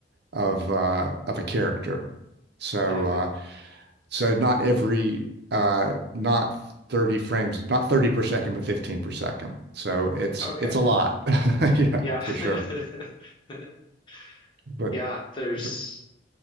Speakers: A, on the right; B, on the left.
A: of uh of a character. So
B: hmm
A: uh so not every uh not 30 frames, not 30 per second, but 15 per second. So it's
B: Okay.
A: it's a lot. <laughs> Yeah,
B: Yeah.
A: for sure.
B: <laughs>
A: But,
B: Yeah, there's
A: but